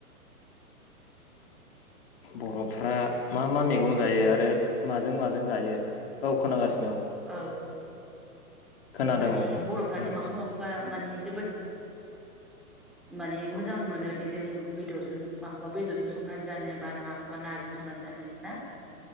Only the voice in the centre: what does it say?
औ
माने
बर'फ्रादि
माखौ माखौबा माने जोबोद माने मोजां मोनो बेजों बेदरजों माखौबा बेदरजों संनानै जानो बा माखौबा नाजों संनानै जानो ना